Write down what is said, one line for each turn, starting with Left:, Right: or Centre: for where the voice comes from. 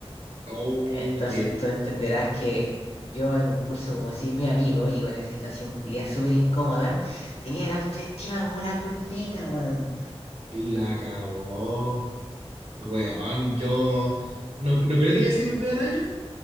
Right: Oh,
Left: Entonces
Right: que
Left: tú entenderás
Right: eh,
Left: que yo en un curso como si mi amigo, y en esa situación culiada súper incómoda, tenía la autoestima como la corneta, weón.
Right: la cagó. Weón, yo no, no creo que haya sido mi peor año,